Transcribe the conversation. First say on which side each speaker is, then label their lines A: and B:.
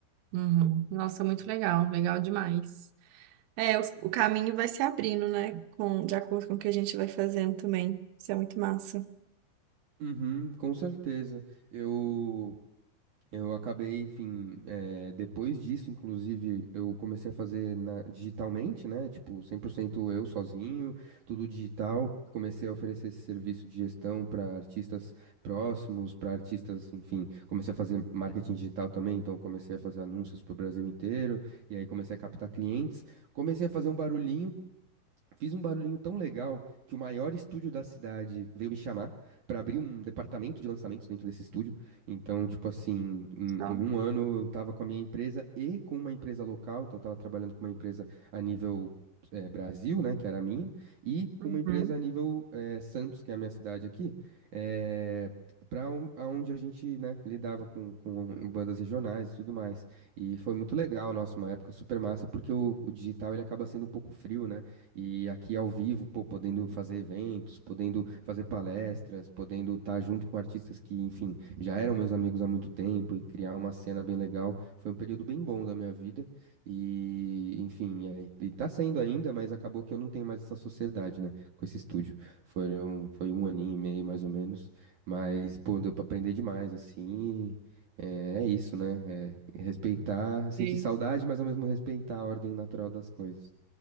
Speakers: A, on the right; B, on the right.
A: Uhum. Nossa, muito legal. Legal demais. É, o, o caminho vai se abrindo, né? Com, de acordo com o que a gente vai fazendo também. Isso é muito massa.
B: Uhum, com certeza. Eu Eu acabei, enfim, eh, depois disso, inclusive, eu comecei a fazer na- digitalmente, né? Tipo, 100% eu sozinho, tudo digital. Comecei a oferecer esse serviço de gestão para artistas próximos, para artistas, enfim. Comecei a fazer marketing digital também, então comecei a fazer anúncios para o Brasil inteiro. E aí comecei a captar clientes. Comecei a fazer um barulhinho. Fiz um barulhinho tão legal que o maior estúdio da cidade veio me chamar pra abrir um departamento de lançamentos dentro desse estúdio. Então, tipo assim, em,
A: Então,
B: em um ano eu tava com a minha empresa e com uma empresa local, então eu tava trabalhando com uma empresa a nível eh, Brasil, né, que era a minha, e com
A: uhum.
B: uma empresa a nível eh, Santos, que é a minha cidade aqui, eh, para onde a gente, né, lidava com, com bandas regionais e tudo mais. E foi muito legal, nossa, uma época super massa, porque o, o digital ele acaba sendo um pouco frio, né? E aqui ao vivo, pô, podendo fazer eventos, podendo fazer palestras, podendo estar junto com artistas que, enfim, já eram meus amigos há muito tempo e criar uma cena bem legal. Foi um período bem bom da minha vida. E, enfim, é, e tá sendo ainda, mas acabou que eu não tenho mais essa sociedade, né, com esse estúdio. Foi um, foi um aninho e meio, mais ou menos. Mas, pô, deu pra aprender demais, assim. É, é isso, né? É respeitar, sentir
A: Sei.
B: saudade, mas ao mesmo respeitar a ordem natural das coisas.